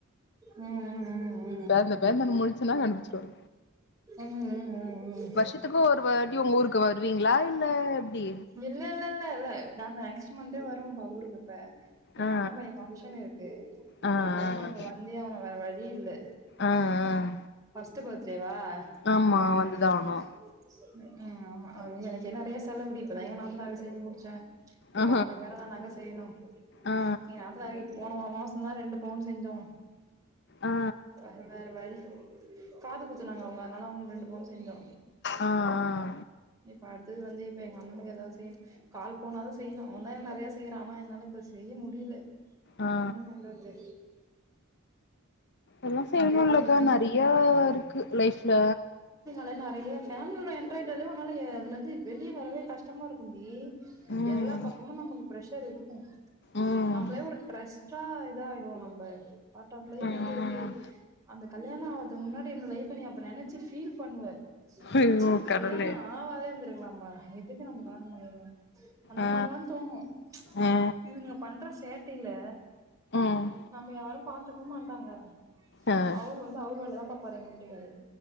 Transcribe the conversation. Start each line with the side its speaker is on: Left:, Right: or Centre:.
Right: உ உ உ உ
Left: பேந்த பேந்தன் முழிச் சன்னா கண்டுபிச்சிருவாரு
Right: ம் ம் ம் ம்
Left: வருஷத்துக்கு ஒருவார் உங்க ஊருக்கு வருவீங்களா இல்ல எப்டி
Right: இல்ல இல்ல இல்ல இல்ல நா நெக்ஸ்ட் மந்த் அ வருவோம்பா ஊருக்கு இப்ப எங்க
Left: ஆ
Right: அண்ண பையே ஃபங்க்ஷன் இருக்கு
Left: ஆ ஆ
Right: அதனால நா இப்ப வந்தே ஆவனு வேற வழி ழிஇல்ல
Left: ஆ ஆ
Right: டு பர்த்டே வா
Left: ஆமா
Right: அநால வரே
Left: வந்துதா
Right: உ
Left: ஆவணு
Right: உ ஆமா ஆ எனக்கு நிறைய செலவுடி இப்பதா ஏ நாத்தனாருக்கு செஞ்சு முடுச்ச இப்ப
Left: ஆ
Right: அவனுக்கு வேறல்லா நாங்க செய்யணு
Left: ஆ ஆ
Right: நீ நாத்தனாருக்கு போன மா மாஸ் சும்மா ரெண்டு பவுன் செஞ்சோம்
Left: ஆ
Right: வேற வேற வழி காது குத்துனாங்க அவங்க அதனால அவங்களுக்கு ரெண்டு பவுன் செஞ்சோ
Left: ஆ ஆ
Right: இப்ப அடுத்தது வந்து இப்ப எங்க அண்ணனுக்கு எதாவது செய் செய்யணு கால் பவுனாது செய்யணு அவந்தா எனக்கு நறையா செய்யறா ஆனா என்னால இப்ப செய்ய முடில
Left: ஆ
Right: ம் கண்டத்தே
Left: எல்லா செய்யணுலக்கா
Right: போயினு
Left: நறையா இருக்கு லைஃப்ல
Right: ல நறையா ஃபேமிலிகுள்ள என்ராயிட்டா டாலே உன்னால அதுல இருந்து வெளிய வரவே கஷ்டமா இருக்கு டி
Left: ம்
Right: எல்லா பக்கமு நமக்கு பிரஷ் ஷெர் இருக்கு
Left: ம்
Right: நம்மளே ஒரு டிரெஸ்ட்டா இத ஆயிடுவோ நம்ம பார்ட் ஆஃப் லைஃப்
Left: ம்
Right: வந்து எப்டி அந்த கல்யாணோ ஆவரதுக்கு முன்னாடி இருந்த லைஃப்ப நீ அப்போ நெனச்சு ஃபீல் பண்ணுவ
Left: ஐயோ
Right: செக்
Left: கடவுளே
Right: கல்யாணோ ஆவாதே வந்துருக்கலாமா இதுக்கு நம வாங்குனதெல்லா அந்த
Left: ஆ
Right: மார்லா தோணு
Left: ஆ
Right: இவிங்க பண்றஸ் சேட்டில
Left: ம்
Right: நம்ம யாரும் பாத்துக்கவு மாட்டாங்க
Left: ஆ
Right: அவர் வந்து அவர் வேலதா பாப் பாரு எங்க வீட்டுக்கார்ரு